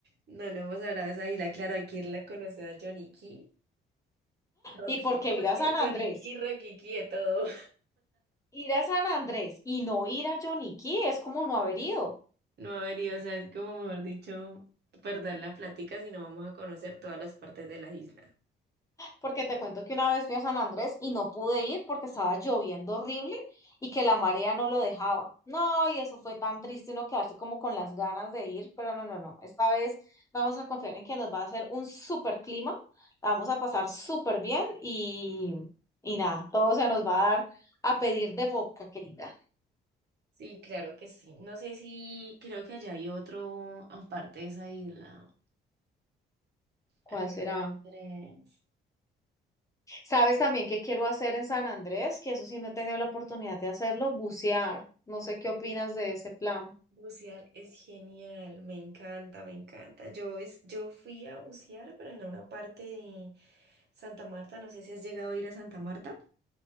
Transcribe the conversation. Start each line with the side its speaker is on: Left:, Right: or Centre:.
Right: No, no hemos hablado de esa isla, claro, hay que irla a conocer a Johnny Key, Rocky,
Left: ¿Y por qué
Right: <laughs> ¿cómo
Left: ir
Right: es
Left: a
Right: que?
Left: San Andrés?
Right: Johnny Key, Rocky Key, a todo.
Left: Ir a San Andrés y no ir a Johnny Cay es como no haber ido.
Right: No, a ver, y, o sea, es como mejor dicho, perder la plática si no vamos a conocer todas las partes de la isla.
Left: porque te cuento que una vez fui a San Andrés y no pude ir porque estaba lloviendo horrible y que la marea no lo dejaba. No, y eso fue tan triste uno quedarse como con las ganas de ir, pero no, no, no. Esta vez vamos a confiar en que nos va a hacer un súper clima, la vamos a pasar súper bien y, y nada, todo se nos va a dar a pedir de boca, querida.
Right: Sí, claro que sí. No sé si creo que allá hay otro aparte de esa isla.
Left: ¿Cuál
Right: Entonces,
Left: será? ¿Sabes también qué quiero hacer en San Andrés? Que eso sí no he tenido la oportunidad de hacerlo, bucear. No sé qué opinas de ese plan.
Right: bucear es genial, me encanta, me encanta. Yo es, yo fui a bucear, pero en una parte de Santa Marta. No sé si has llegado a ir a Santa Marta.